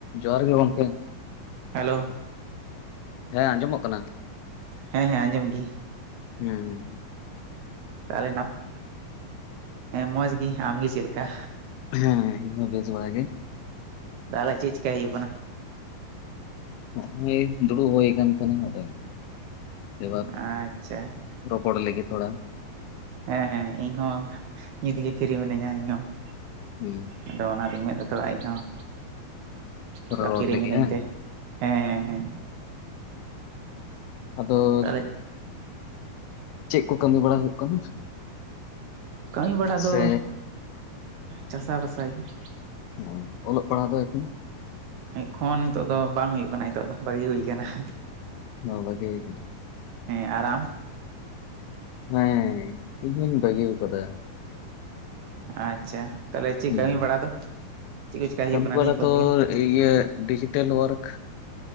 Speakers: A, on the left; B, on the right.
A: ᱡᱚᱦᱟᱨ ᱜᱮ ᱜᱚᱢᱠᱮ,
B: ᱦᱮᱞᱳ,
A: ᱦᱮᱸ ᱟᱸᱡᱚᱢᱚᱜ ᱠᱟᱱᱟ,
B: ᱦᱮᱸᱻᱦᱮᱸ ᱟᱸᱡᱚᱢ ᱜᱤ,
A: ᱦᱩᱸᱻ,
B: ᱛᱟᱦᱚᱞᱮ ᱱᱟᱯ, ᱢᱚᱡᱽ ᱜᱤ ᱟᱢᱜᱤ ᱪᱮᱫ ᱞᱮᱠᱟ?
A: ᱦᱮᱸ ᱻ ᱤᱧ ᱦᱚᱸ ᱵᱮᱥ ᱵᱟᱲᱟ ᱜᱤ ᱾
B: ᱛᱟᱦᱞᱮ ᱪᱮᱜ ᱪᱮᱠᱟᱭ ᱦᱩᱭᱩᱜ ᱠᱟᱱᱟ?
A: ᱱᱚᱜᱚᱭ ᱫᱩᱲᱩᱜ ᱦᱩᱭ ᱠᱟᱱ ᱛᱟᱦᱮᱱᱟ ᱟᱫᱚ ᱮᱵᱟᱨ
B: ᱟᱪᱪᱷᱟ,
A: ᱨᱚᱯᱚᱲ ᱞᱮᱜᱮ ᱛᱷᱚᱲᱟ,
B: ᱦᱮᱸ ᱦᱮᱸ ᱤᱧ ᱦᱚᱸ ᱱᱤᱛᱜᱤ ᱯᱷᱤᱨᱤ ᱢᱤᱱᱟᱹᱧᱟ ᱤᱧᱦᱚᱸ ᱾
A: ᱦᱩᱸ,
B: ᱟᱫᱚ ᱚᱱᱟᱛᱮ ᱢᱮᱱᱫᱟ ᱛᱷᱚᱲᱟ ᱤᱧ ᱦᱚᱸ ᱛᱷᱚᱲᱟ
A: ᱨᱚᱲ
B: ᱯᱷᱤᱨᱤ
A: ᱞᱟᱹᱜᱤᱫ
B: ᱢᱤᱱᱟᱹᱧ
A: ᱦᱟᱝ
B: ᱛᱮ ᱾ ᱦᱮᱸ ᱦᱮᱸ ᱦᱮᱸᱻ,
A: ᱟᱫᱚ
B: ᱛᱟᱦᱚᱞᱮ
A: ᱪᱮᱜ ᱠᱩ ᱠᱟᱹᱢᱤ ᱵᱟᱲᱟ ᱦᱩᱭᱩᱜ ᱠᱟᱱᱟ?
B: ᱠᱟᱹᱢᱤ ᱵᱟᱲᱟ ᱫᱚ
A: ᱥᱮ
B: ᱪᱟᱥᱟ ᱵᱟᱥᱟ ᱜᱤ ᱾
A: ᱳᱦ ᱚᱞᱚᱜ ᱯᱟᱲᱦᱟ ᱫᱚ ᱮᱠᱷᱚᱱ?
B: ᱮᱠᱷᱚᱱ ᱱᱤᱛᱚᱜ ᱫᱚ ᱵᱟᱝ ᱦᱩᱭᱩᱜ ᱠᱟᱱᱟ ᱱᱤᱛᱚᱜ ᱫᱚ ᱵᱟᱹᱜᱤ ᱦᱩᱭ ᱠᱟᱱᱟ ᱾
A: ᱦᱳ ᱵᱟᱹᱜᱤ ᱦᱩᱭ ᱠᱟᱱᱟ
B: ᱦᱮᱸ ᱟᱨ ᱟᱢ
A: ᱦᱮᱸ ᱤᱧᱦᱩᱧ ᱵᱟᱹᱜᱤ ᱟᱠᱟᱫᱟ᱾
B: ᱟᱪᱪᱷᱟ ᱛᱟᱦᱞᱮ ᱪᱮᱫ
A: ᱦᱩᱸ
B: ᱠᱟᱹᱢᱤ ᱵᱟᱲᱟ ᱫᱚ? ᱪᱮᱫ ᱠᱚ ᱪᱮᱠᱟᱭ ᱦᱩᱭᱩᱜ
A: ᱠᱟᱹᱢᱤ
B: ᱠᱟᱱᱟ ᱱᱤᱭᱟᱹ
A: ᱵᱟᱲᱟ
B: ᱠᱚ
A: ᱫᱚ
B: ᱫᱤᱱ
A: ᱤᱭᱟᱹ ᱰᱤᱡᱤᱴᱮᱞ ᱳᱭᱟᱨᱠ᱾